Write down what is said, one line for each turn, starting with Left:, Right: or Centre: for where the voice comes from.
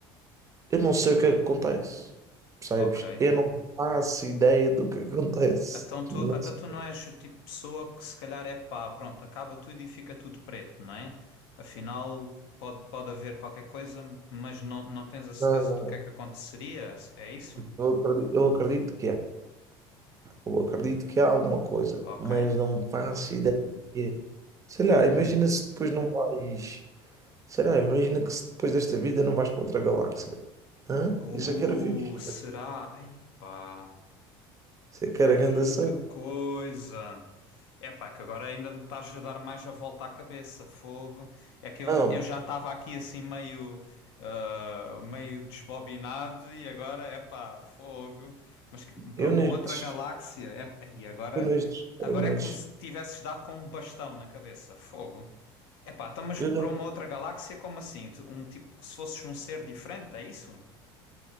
Right: eu não sei o que é que acontece. Percebes?
Left: ok.
Right: Eu não faço ideia do que é que acontece.
Left: Então tu,
Right: Não
Left: até
Right: sei,
Left: tu não és o tipo de pessoa que se calhar é pá, pronto, acaba tudo e fica tudo preto, não é? Afinal, pode, pode haver qualquer coisa, mas não, não tens a certeza
Right: não, não.
Left: do que é que aconteceria, é isso?
Right: Eu acredito, eu acredito que há. Eu acredito que há alguma coisa,
Left: Ok.
Right: mas não faço ideia do que é. Sei lá,
Left: Uhum.
Right: imagina se depois não vais. Sei lá, imagina que se depois desta vida não vais para outra galáxia. Hã?
Left: Ou
Right: Isso é que era fixe.
Left: será? Ei pá.
Right: Você quer
Left: Ei,
Right: a grande cena?
Left: que coisa! É pá, que agora ainda me estás a dar mais a volta à cabeça, fogo. É que eu,
Right: Não,
Left: eu já estava aqui assim meio, ah, meio desbobinado e agora é pá, fogo. Mas que- para
Right: eu
Left: uma
Right: nestes,
Left: outra galáxia, é, aí agora,
Right: eu nestes temas,
Left: agora é como se tivesses dado com um bastão na cabeça, fogo. É pá, então, mas
Right: eu
Left: para
Right: nes-
Left: uma outra galáxia, como assim? Tu- Um tipo que se fosses um ser diferente, é isso?